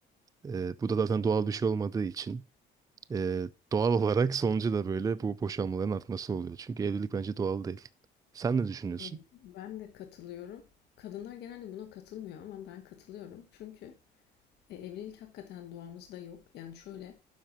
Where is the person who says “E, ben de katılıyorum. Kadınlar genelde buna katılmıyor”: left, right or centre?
Left